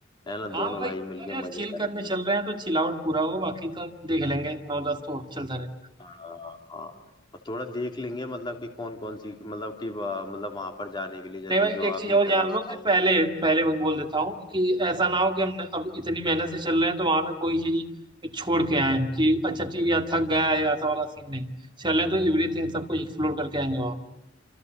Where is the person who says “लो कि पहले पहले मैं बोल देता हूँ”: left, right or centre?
Right